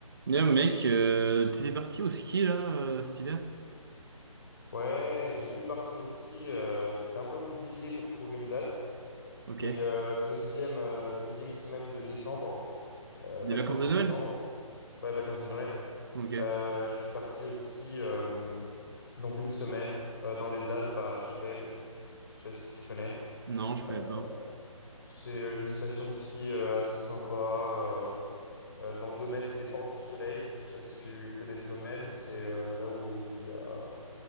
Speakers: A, on the right; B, on the left.
A: D'ailleurs, mec, euh, t'étais parti au ski là euh, cet hiver?
B: Ouais, j'ai pu partir au ski. euh, c'était un peu compliqué pour trouver une date,
A: Ok.
B: mais euh, deuxième, euh, deuxième semaine de décembre, euh,
A: Des
B: vacances
A: vacances de
B: de décembre,
A: Noël?
B: ouais, vacances de Noël,
A: Ok.
B: euh, je suis parti au ski euh, donc une semaine euh, dans les Alpes à Châtel. Je sais pas si tu connais.
A: Non, je connais
B: Euh,
A: pas.
B: c'est une station de ski euh, assez sympa euh, euh, dans le domaine des Portes du Soleil. Je sais pas si tu connais ce domaine. C'est euh, là où il y a